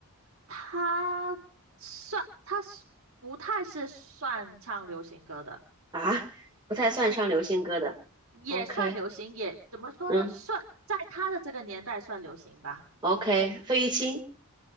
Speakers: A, on the right (about 65°); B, on the right (about 20°).
A: 他算他是不太是算唱流行歌的，
B: 啊，不太算唱流行歌的，OK，
A: 也算流行，也怎么说呢？
B: 嗯
A: 算在他的这个年代算流行吧，
B: ，OK，费玉清